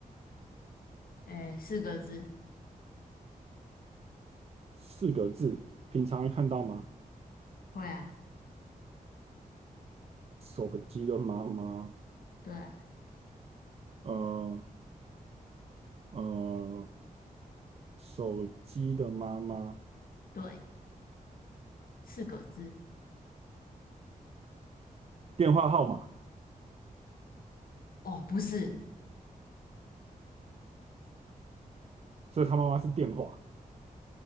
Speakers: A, on the left (about 85°); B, on the right (about 45°).
A: 诶，四个字，
B: 四个字，平常会看到吗？
A: 会啊，
B: 手机的妈妈，
A: 对啊，
B: 呃呃，手机的妈妈，
A: 对，四个字。
B: 电话号码，
A: 哦，不是，
B: 所以他妈妈是电话。